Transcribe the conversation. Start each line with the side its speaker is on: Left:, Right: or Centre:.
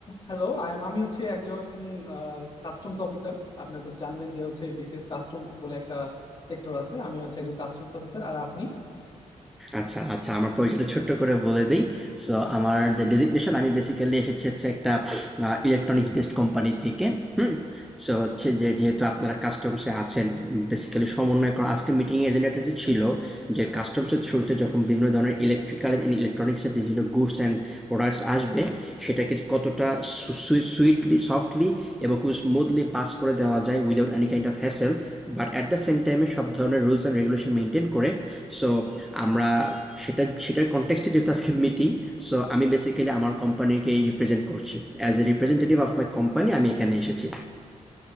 Left: হ্যালো আমি হচ্ছে একজন কাস্টমস অফিসার আপনি তো জানবেন যে হচ্ছে বিসিএস কাস্টমস বলে একটা সেক্টর আছে আমি হচ্ছে একজন কাস্টমস অফিসার আর আপনি
Centre: আচ্ছা, আচ্ছা আমার পরিচয়টা ছোট্ট করে বলে দেই। সো আমার যে ডেজিগনেশন আমি বেসিক্যালি এসেছি হচ্ছে একটা ইলেকট্রনিক্স বেসড কোম্পানি থেকে। হুম? সো হচ্ছে যে যেহেতু আপনারা কাস্টমসে আছেন বেসিক্যালি সমন্বয় করা আজকে মিটিংয়ে এজেন্ডাটা যে ছিল যে কাস্টমসের থ্রুতে যখন বিভিন্ন ধরনের ইলেকট্রিক্যাল অ্যান্ড ইলেকট্রনিক্সের বিভিন্ন গুডস অ্যান্ড প্রোডাক্টস আসবে আসবে সেটাকে কতটা সুইটলি সফটলি এবং খুব স্মুথলি পাস করে দেওয়া যায় without any kind of hassle but at the same টাইমে সব ধরনের রুলস অ্যান্ড রেগুলেশন মেনটেন করে সো আমরা সেটা সেটার কনটেক্সটে যেহেতু আজকে মিটিং সো আমি বেসিক্যালি আমার কোম্পানিকেই রিপ্রেজেন্ট করছি As a representative of my company আমি এখানে এসেছি